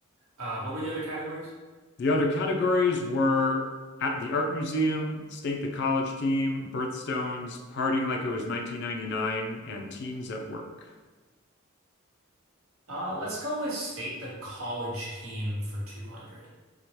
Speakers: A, on the right; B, on the left.
A: Uh, what were the other categories?
B: the other categories were at the art museum, state the college team, birthstones, partying like it was 1999, and teens at work.
A: Uh, let's go with state the college team for 200.